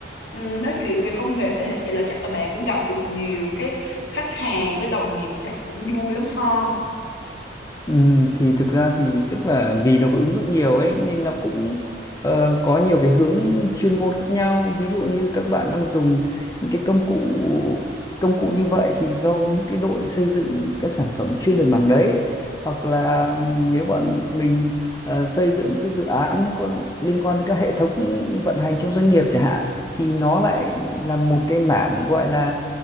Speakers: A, on the left (about 80°); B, on the left (about 20°).
A: ừm, nói chuyện về công nghệ hết vậy là chắc là bạn cũng gặp được nhiều cái khách hàng với đồng nghiệp chắc cũng vui lắm ha
B: Ừ, thì thực ra thì tức là vì nó có ứng dụng nhiều ấy nên nó cũng ờ, có nhiều cái hướng chuyên môn khác nhau ví dụ như các bạn đang dùng những cái công cụ công cụ như vậy thì do những cái đội xây dựng các sản phẩm chuyên về mảng đấy hoặc là nếu bọn mình ờ, xây dựng những cái dự án nó có liên quan đến các hệ thống vận hành trong doanh nghiệp chẳng hạn thì nó lại là một cái mảng gọi là